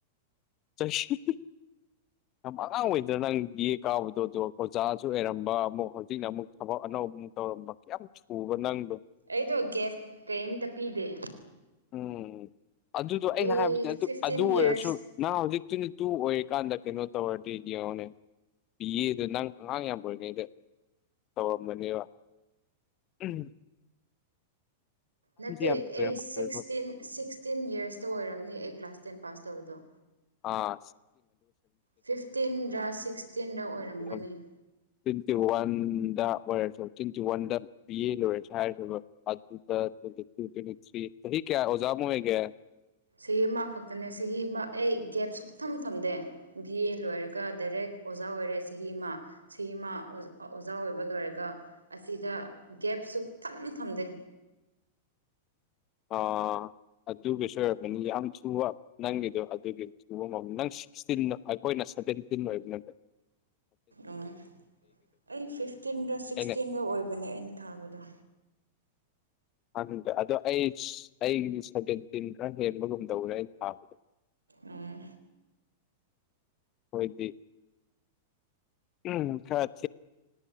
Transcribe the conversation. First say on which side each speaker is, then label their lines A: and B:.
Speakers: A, on the left (about 30°); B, on the right (about 75°).
A: <unintelligible> ꯌꯥꯝ ꯑꯉꯥꯡ ꯑꯣꯏꯗ꯭ꯔ ꯅꯪ <unintelligible> ꯑꯗꯣ ꯑꯣꯖꯥꯁꯨ ꯑꯣꯏꯔꯝꯕ ꯑꯃꯨꯛ ꯍꯧꯖꯤꯛꯅ ꯑꯃꯨꯛ ꯊꯕꯛ ꯑꯅꯧꯕ ꯇꯧꯔꯝꯕ ꯀꯌꯥꯝ ꯊꯨꯕ ꯅꯪꯗꯣ
B: ꯑꯩꯗꯣ ꯒꯦꯞ ꯀꯔꯤꯝꯇ ꯄꯤꯗꯦ
A: ꯎꯝ ꯑꯗꯨꯗꯣ ꯑꯩꯅ
B: ꯑꯩ
A: ꯍꯥꯏꯕꯗꯤ ꯑꯗꯨ
B: ꯐꯤꯐꯇꯤꯟ
A: ꯑꯗꯨ
B: ꯌꯔꯁ
A: ꯑꯣꯏꯔꯁꯨ <unintelligible> ꯍꯧꯖꯤꯛꯇꯨꯅꯦ ꯇꯨ ꯑꯣꯏꯔꯤꯀꯥꯟꯗ ꯀꯩꯅꯣ ꯇꯧꯔꯗꯤ ꯌꯦꯡꯉꯣꯅꯦ ꯄꯤꯌꯦꯗ ꯅꯪ ꯑꯉꯥꯡ ꯌꯥꯝ ꯑꯣꯏꯔꯤꯉꯩꯗꯥ ꯇꯧꯔꯝꯕꯅꯦꯕ ꯎꯝ
B: ꯅꯠꯇꯦ
A: ꯌꯥꯝ ꯑꯣꯏꯔꯝꯃꯣꯏꯕ
B: ꯑꯩ ꯁꯤꯛꯁꯇꯤꯟ ꯁꯤꯛꯁꯇꯤꯟ ꯌꯔꯁꯇ ꯑꯣꯏꯔꯝꯅꯤ ꯑꯩ ꯀ꯭ꯂꯥꯁ ꯇꯦꯟ ꯄꯥꯁ ꯇꯧꯔꯤꯗꯣ
A: ꯑꯥ
B: ꯐꯤꯐꯇꯤꯟꯔ ꯁꯤꯛꯁꯇꯤꯟꯔ ꯑꯣꯏꯔꯝꯒꯅꯤ
A: <unintelligible> ꯇꯤꯟꯇꯤ ꯋꯥꯟꯗ ꯑꯣꯏꯔꯁꯨ ꯇꯤꯟꯇꯤ ꯋꯥꯟꯗ ꯕꯤꯌꯦ ꯂꯣꯏꯔꯁꯨ ꯍꯥꯏꯗꯨꯏꯕ <unintelligible> ꯀꯌꯥ ꯑꯣꯖꯥ ꯃꯨꯛ ꯑꯣꯏꯔꯒꯦ
B: ꯁꯤ ꯃꯥ ꯈꯛꯇꯅꯦ ꯁꯤꯒꯤ ꯃꯥ ꯑꯩ ꯒꯦꯞ ꯁꯨꯛ ꯊꯝ ꯊꯝꯗꯦ ꯕꯤ ꯑꯦ ꯂꯣꯏꯔꯒ ꯗꯥꯏꯔꯦꯛ ꯑꯣꯖꯥ ꯑꯣꯏꯔꯦ ꯆꯍꯤ ꯑꯃ ꯆꯤ ꯑꯃ ꯑꯣꯖꯥ ꯑꯣꯏꯕ ꯂꯣꯏꯔꯒ ꯑꯁꯤꯗ ꯒꯦꯞꯁꯨ ꯊꯝ ꯊꯝꯗꯦ
A: ꯑꯣ ꯑꯗꯨꯒꯤ ꯁꯨ ꯑꯣꯏꯔꯕꯅꯤ ꯌꯥꯝ ꯊꯨꯕ ꯅꯪꯒꯤꯗꯣ ꯑꯗꯨꯒꯤ <unintelligible> ꯅꯪ ꯁꯤꯛꯁꯇꯤꯟ ꯑꯩꯈꯣꯏꯅ ꯁꯚꯦꯟꯇꯤꯟ ꯑꯣꯏꯕ ꯅꯪꯗ
B: ꯑꯣ ꯑꯩ ꯐꯤꯐꯇꯤꯟꯗ ꯁꯤꯛꯁꯇꯤꯟꯗ
A: ꯑꯩꯅ
B: ꯑꯣꯏꯕꯅꯦ ꯑꯩꯅ ꯊꯥꯕꯗꯣ
A: ꯍꯪꯗꯦ ꯑꯗꯣ ꯑꯩ ꯑꯩꯒꯤ ꯁꯦꯚꯦꯟꯇꯤꯟ ꯈꯔ ꯍꯦꯟꯕꯒꯨꯝꯗꯧꯔꯦ ꯑꯩ ꯊꯥꯕꯗꯣ
B: ꯑꯥ
A: ꯍꯣꯏꯗꯤ ꯎꯝ ꯈꯔ